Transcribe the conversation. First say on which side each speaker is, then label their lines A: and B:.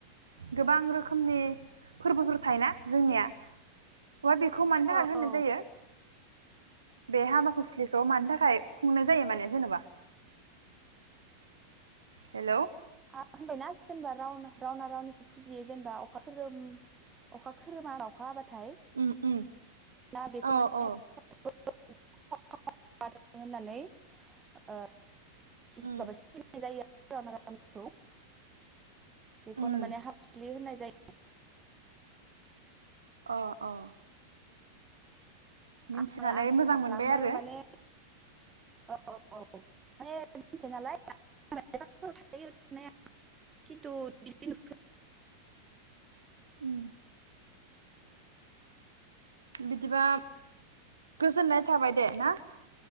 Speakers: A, on the right; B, on the right.
A: गोबां रोखोम रोखोमनि फोरबोफोर थायो ना जोंनिया अ बेखौ मानि
B: औ
A: थाखाय होनाय जायो बे हाबाखुस्लिखौ मानि थाखाय खुंनाय जायो माने जेन'बा हेलौ
B: आ होनबायना जेनेबा रावन- रावना रावनिखौ फुजियो जेनेबा अखा खोरोम अखा खोरोमा अखा हाबा नाथाय
A: उम उम
B: <unintelligible> बेखौ
A: औ
B: माने <unintelligible>
A: औ
B: <unintelligible> होननानै ओ <unintelligible>
A: उम
B: माबा सिमनाय जायो <unintelligible> <unintelligible> खौ बेखौनो
A: उम
B: माने हाफुसलि होननाय जायो <unintelligible>
A: अ अ मिनथिनानै
B: आङो आसा
A: मोजां
B: खालामो
A: मोनबाय आरो
B: माने औ औ माने <unintelligible> नालाय <unintelligible> खिन्थु बिदि नुफेरा
A: उम बिदिबा गोजोननाय थाबाय दे ना